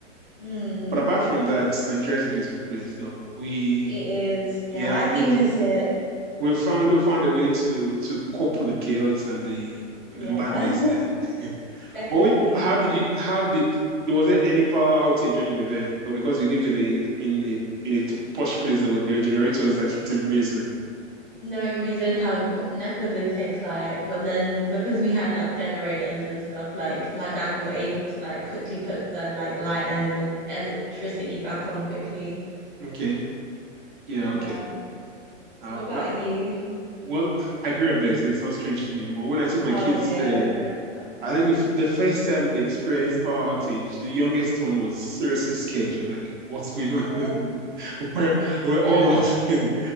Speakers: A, in the centre; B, on the right.
A: Mm.
B: But apart from that, Nigeria is a beautiful place, though. We,
A: It is. Yeah,
B: yeah,
A: I
B: we've
A: do miss it.
B: we found we found a way to to cope with the chaos and the
A: Yeah,
B: and the madness there. <laughs>
A: <laughs> definitely.
B: But wait, how did you how did there was there any power outage when you were there? Or because you lived in a in a in a t- posh place there were there were generators that kicked in immediately.
A: No, we did have NEPA did take light, but then because we had like generators and stuff, like my dad was able to like quickly put the like light and el- electricity back on quickly.
B: Okay. Yeah,
A: Yeah.
B: okay. Uh,
A: What about
B: but,
A: you?
B: well, I grew up there, so it's not strange to me. But when I took my
A: Oh
B: kids
A: yeah,
B: there,
A: fair enough.
B: I think the, f the first time they experienced power outage, the youngest one was seriously scared. She was like, "What's going
A: Well,
B: on?" <laughs> We're we're all
A: yeah.
B: laughing.